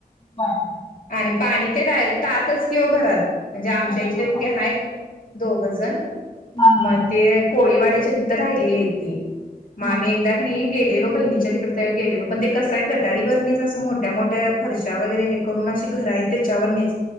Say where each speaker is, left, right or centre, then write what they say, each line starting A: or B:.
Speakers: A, on the left; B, on the left.
A: प
B: आणि पाणी ते डायरेक्ट आतच किओ घरात, म्हंनजे आमच्या
A: त्याच्यामुळं
B: इथले एकटे हायत. दोघजन,
A: हा हा.
B: म ते कोळीवाड्याच्या तित राहिलेली आहेत ती. म आम्ही
A: हा.
B: एकदा कनी गेलेलो, बहिनीच्या तिकडं त्यावेळा गेलेलो, पण ते कसाय गटारीवरनीच असं मोट्या-मोट्या फर्श्या वगैरे हे करून अशी घर हाईत त्याच्यावरनीच